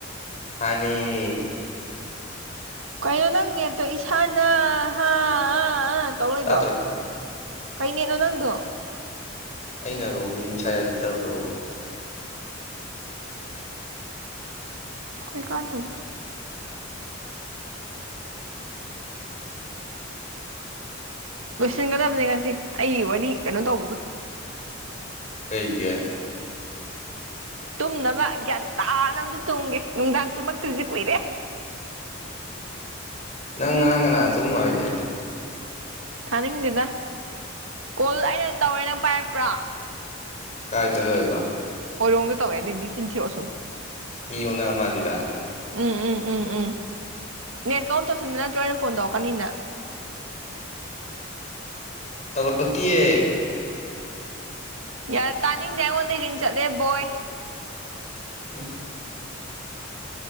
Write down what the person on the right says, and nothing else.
ꯀꯩꯅꯣ ꯅꯪ ꯅꯦꯠꯇꯣ ꯏꯁꯥꯅꯍ ꯇꯧꯔꯂꯩꯗꯣ
<inaudible> ꯀꯩ ꯅꯦꯠꯅꯣ ꯅꯪꯗꯣ
ꯀꯩ ꯀꯥꯟꯗꯕꯗꯥ ꯂꯣꯏꯁꯤꯟꯒꯗꯕꯅꯤ ꯉꯁꯤ ꯑꯩ ꯋꯥꯔꯤ ꯀꯩꯅꯣ ꯇꯧꯕꯗꯣ
ꯇꯨꯝꯅꯕ ꯒ꯭ꯌꯥꯟ ꯇꯥꯅ ꯑꯝꯇ ꯇꯣꯡꯒꯦ ꯅꯨꯡꯗꯥꯡ ꯇꯨꯝꯃꯛꯇ꯭ꯔꯤꯁꯦ ꯀꯨꯏꯔꯦ
ꯊꯥꯅꯤꯡꯗꯦꯗ ꯀꯣꯜ ꯑꯩꯅ ꯇꯧꯔꯦ ꯅꯪ ꯄꯥꯏꯔꯛꯄ꯭ꯔꯣ
ꯍꯣꯏꯔꯣꯡꯗ ꯇꯧꯋꯦ ꯑꯩꯗꯤ ꯆꯤꯟꯊꯤꯔꯛꯑꯣ ꯁꯨꯝ
ꯎꯝ ꯎꯝ ꯎꯝ ꯎꯝ ꯅꯦꯠ ꯑꯣꯐ ꯇꯧꯁꯤꯟꯕ ꯅꯠꯇ꯭ꯔꯣ ꯑꯩꯅ ꯐꯣꯟ ꯇꯧꯔꯛꯀꯅꯤꯅ
ꯌꯥ ꯇꯥꯅꯤꯡꯗꯦ ꯑꯩꯉꯣꯟꯗ ꯔꯤꯡ ꯆꯠꯂꯦ ꯕꯣꯏ